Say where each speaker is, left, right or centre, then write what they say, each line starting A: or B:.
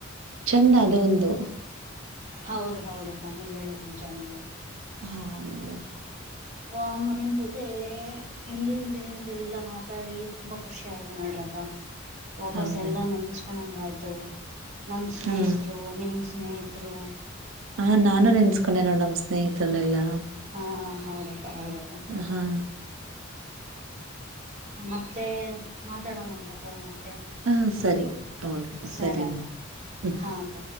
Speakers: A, on the right; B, on the right.
A: ಚಂದ ಅದು ಒಂದು
B: ಹೌದು ಹೌದಕ್ಕ ನೀವ್ ಹೇಳದ್ ನಿಜ ನೀ
A: ಹಾ ನೋಡ
B: ವ ಮ ನಿಮ ಜೊತೆ ಹಿಂದಿಲ್ ದಿನ್ದಲ್ಲಾ ಮಾತಾಡಿ ತುಂಬಾ ಖುಷಿ ಆಯ್ತು ನೋಡ್ರಪ್ಪ ವಾಪಸ್
A: ಹೌದಾ
B: ಎಲ್ಲಾ ನೆನ್ಚ್ಕೊಂಡಂಗ ಆಯ್ತು ನಮ ಸ್ನೇಹಿತರು
A: ಹಾ
B: ನಿಮ್ ಸ್ನೇಹತ್ರರು
A: ಹ ನಾನು ನೆನ್ಸ್ಕೊಂಡೆ ನೋಡ್ ನಮ್ಮ್ ಸ್ನೇಹಿತರನೆಲ್ಲಾ
B: ಹಾ ಹೌದಪ್ಪ ಹೌದಪ್ಪ
A: ಹಾ
B: ಮತ್ತೆ ಮಾತಾಡಣ ಅಂತಕ್ಕ ಮತ್ತೆ
A: ಹಾ ಸರಿ ಓ
B: ಸರಿ
A: ಸರಿಮ್ಮ
B: ಅಕ್ಕ
A: ಹ್ಮ್
B: ಹಾ ಅಕ್ಕ